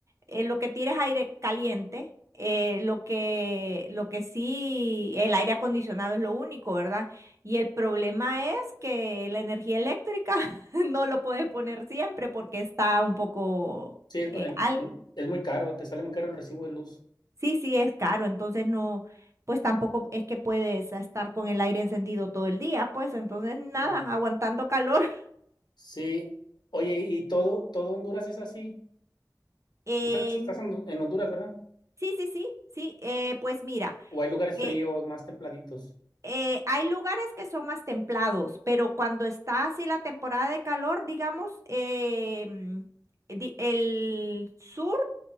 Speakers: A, on the right (about 40°); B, on the left (about 70°).
A: eh, lo que tira es aire caliente, eh, lo que, lo que sí, el aire acondicionado es lo único, ¿verdad? Y el problema es que la energía eléctrica <laughs> no lo puedes poner siempre porque está un poco
B: Sí, es, es
A: alto.
B: es muy caro, te sale muy caro el recibo de luz.
A: Sí, sí, es caro, entonces no, pues tampoco es que puedes estar con el aire encendido todo el día, pues entonces nada,
B: Sí.
A: aguantando calor. <laughs>
B: Sí. Oye, ¿y todo, todo Honduras es así?
A: Eh,
B: Está- Estás en en Honduras, ¿verdad?
A: sí, sí, sí, sí, eh, pues mira,
B: ¿O hay lugares
A: eh,
B: fríos, más templaditos?
A: eh, hay lugares que son más templados, pero cuando está así la temporada de calor, digamos, eh, mm, di- el sur